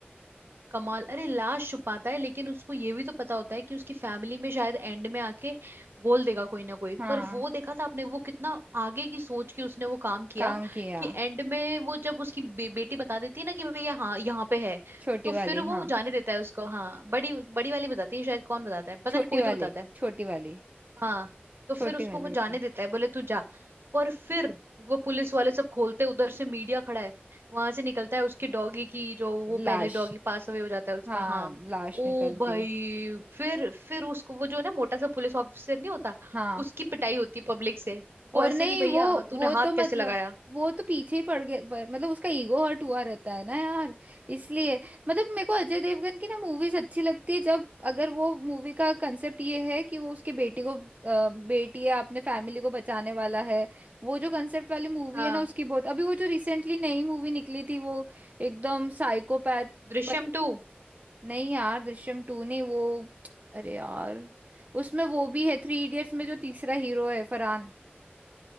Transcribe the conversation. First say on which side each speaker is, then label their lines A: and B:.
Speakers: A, on the right; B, on the right.
A: कमाल अरे लाश छुपाता है लेकिन उसको ये भी तो पता होता है कि उसकी फैमिली में शायद एंड में आके बोल देगा कोई ना कोई
B: हाँ
A: पर वो देखा था आपने वो कितना आगे की सोच के उसने वो काम किया
B: काम किया
A: कि एंड में वो जब उसकी बे, बेटी बता देती है ना कि भैया हाँ यहाँ पे है
B: छोटी
A: तो
B: वाली
A: फिर वो
B: हाँ
A: जाने देता है उसको हाँ बड़ी बड़ी वाली बताती है शायद कौन बताता है पता
B: छोटी
A: नहीं कोई तो
B: वाली
A: बताता है
B: छोटी वाली
A: हाँ तो फिर
B: छोटी
A: उसको
B: वाली
A: वो जाने
B: बेटी
A: देता है बोले तू जा पर फिर वो पुलिस वाले सब खोलते उधर से मीडिया खड़ा है वहां से निकलता है उसकी डॉगी की जो वो
B: लाश
A: पहले डॉगी पास अवे हो जाता है उसका
B: हाँ
A: हाँ
B: लाश
A: ओ
B: निकलती
A: भाई
B: है
A: फिर फिर उसको वो जो है ना मोटा सा पुलिस ऑफिसर नहीं होता
B: हाँ
A: उसकी पिटाई होती पब्लिक से वो
B: और
A: ऐसे
B: नहीं
A: कि भैया
B: वो
A: हाँ, तूने
B: वो
A: हाथ
B: तो मतलब
A: कैसे लगाया
B: वो तो पीछे ही पड़ गया पर, मतलब उसका ईगो हर्ट हुआ रहता है ना यार इसलिए मतलब मेरे को अजय देवगन की ना मूवीज अच्छी लगती है जब अगर वो मूवी का कंसेप्ट ये है कि वो उसके बेटी को अ, बेटी या अपने फैमिली को बचाने वाला है वो जो कंसेप्ट वाली मूवी
A: हाँ
B: है ना उसकी बहुत अभी वो जो रिसेंटली नई मूवी निकली थी वो एकदम साइकोपैथ
A: दृश्यम
B: बच
A: टू
B: नहीं यार दृश्यम टू नहीं वो अरे यार उसमें वो भी है थ्री इडियट्स में जो तीसरा हीरो है फरहान